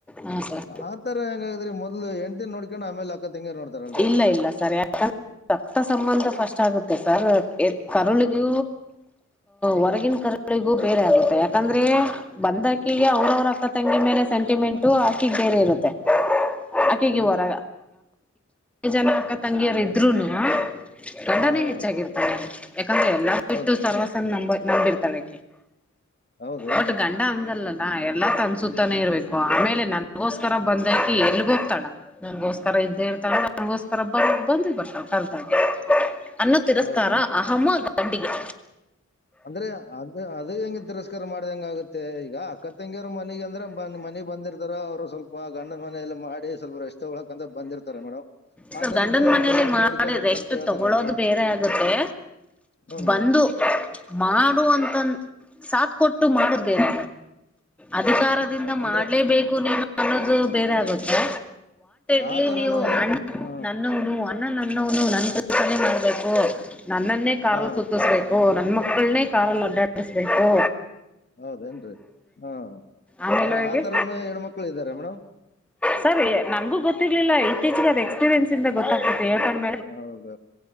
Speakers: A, in the centre; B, on the left.
A: ಹಾ ಸರ್
B: ಆತರ ಹೆಂಗಾದ್ರ ಮೊದಲು ಹೆಂಡ್ತಿ ನೋಡ್ಕೊಂಡ್ ಆಮೇಲೆ ಅಕ್ಕ ತಂಗಾರ ನೋಡ್ತಾರಲ್ರರಿ
A: ಇಲ್ಲ ಇಲ್ಲ ಸರ್ ರಕ್ತ ಸಂಬಂಧ ಫಸ್ಟ್ ಆಗುತ್ತೆ ಸರ್ ಎ ಕರುಳಿಗೂ ಹೊರಗಿನ ಕರುಳಿಗೂ ಬೇರೆ ಆಗುತ್ತೆ ಯಾಕಂದರೆ ಬಂದಕೀಗ ಅವ್ರವ್ರ ಅಕ್ಕ ತಂಗಿ ಮೇಲೆ ಸೆಂಟಿಮೆಂಟು ಆಕಿಗ್ ಬೇರೆ ಇರುತ್ತೆ
B: ಹೌದೇನ್ರಿ
A: ಆಕಿಗೆ ಹೊರ ಜನ ಅಕ್ಕ ತಂಗಿಯರು ಇದ್ರುನು ಗಂಡನೆೇ
B: ಹಾ ಹಾ
A: ಹೆಚ್ಚಿದ ಹ ಯಾಕಂದ್ರೆ ಎಲ್ಲಾ ಬಿಟ್ಟು
B: ಹೌದೇನ್ರಿ
A: ಸರ್ವಸ ನಂಬ ನಂಬಿರ್ತಾಳೆ
B: ಹೌದೇನ್ರಿ
A: ಒಟ್ಟು ಗಂಡ ಹಂಗಲ್ಲ ಾ ಎಲ್ಲಾ ತನ್ಸುತ್ತಾನೆ ಇರ್ಬೇಕು ಆಮೇಲೆ ನನಗೋಸ್ಕರ ಬಂದಾಕಿ ಎಲ್ಗ ಹೋಗ್ತಾಳ ನನ್ಗೋಸ್ಕರ ಇದ್ದೇ ಇರ್ತಳ ನನ್ಗೋಸ್ಕರ ಬಂದ ಬಂದೇ ಬರ್ತಾ ಕಲ್ದಾಗ ಅನ್ನ ತಿರಸ್ಕಾರ
B: ಹೌದೇನ್ರಿ
A: ಅಹಮದ ಗಂಡಿಗೆ
B: ಅಂದ್ರೆ ಅದು ಅದು ಹೆಂಗ ತಿರಸ್ಕಾರ ಮಾಡದ ಹೆಂಗ ಆಗುತ್ತೆ ಈಗ ಅಕ್ಕತ್ ತೆಂಗಿರು ಮನಗ್ ಅಂದ್ರ ಬಂದ ಮನೆಗ್ ಬಂದಿರ್ತಾರ ಅವ್ರು ಸ್ವಲ್ಪ ಗಂಡನ ಮನಲ್ಲ ಮಾಡಿ ಸ್ವಲ್ಪ ರಷ್ಟ ಳಕಂತ ಬಂದಿರ್ತಾರೆ ಮೇಡಮ್
A: ಸ
B: ಆ ತರ
A: ಗಂಡನ್
B: ಇದ್ದಾಗ ಸ್ವಲ್ಪ
A: ಮನೇಲಿ
B: ಎಲ್ಲಾರು
A: ಮಾಡಿದ್ರೆ
B: ನೋಡ್ಕೊರಪ್ಪ
A: ಎಷ್ಟು
B: ಅಂತ ಹೇಳ್ತಾರಲ್ಲ
A: ತಗೊೊಳ್ಳೋದು
B: ಮೇಡಮ್
A: ಬೇರೆ ಆಗುತ್ತೆ
B: ಹೌನ್
A: ಬಂದು
B: ಮೇಡಮ್
A: ಮಾಡು ಅಂತನ್ ಸಾತ್್ ಕೊಟ್ಟು ಮಾಡದ ಬೇನ ಅಧಿಕಾರದಿಂದ
B: ಅಂದ್ರೆ
A: ಮಾಡ್ಲೆಬೇಕು ನೀನು ಅನ್ನೋದು ಬೇರೆ ಆಗುತ್ತೆ ಇಲ್ಲಿ
B: ಆ ತರನು
A: ನೀವುಅಣ್ಣ
B: ಹಾ
A: ನನ್ನವ್ನು <unintelligible> ನನ್ನವ್ನು ನನ್ ಜೊತೆನೇ ಮಾಡ್ಬೇಕು ನನ್ನನ್ನೇ ಕಾರಲ್
B: ಹಾ
A: ಸುತ್ತುಸ್ಬೇಕು ನನ್ ಮಕ್ಕಳ್ನೆ ಕಾರಲ್ಲಿ ಅಡ್ಡಾಡಸ್ಬೇಕು
B: ಹೌದೇನ್ರೀ ಹ
A: ಆಮೇಲೆ ಹೋಗಿ
B: ಆತರನು ಹೆಣ್ಮಕ್ಳು ಇದಾರ ಮೇಡಮ್
A: ಸರ್ ನನ್ಗೂ ಗೊತ್ತಿರ್ಲಿಲ್ಲ ಇತ್ತೀಚಿಗೆ ಅದು ಎಕ್ಸ್ಪೀರಿಯನ್ಸ್ ಇಂದ ಗೊತ್ತಾಗ್ತ <unintelligible>
B: ಹೌದ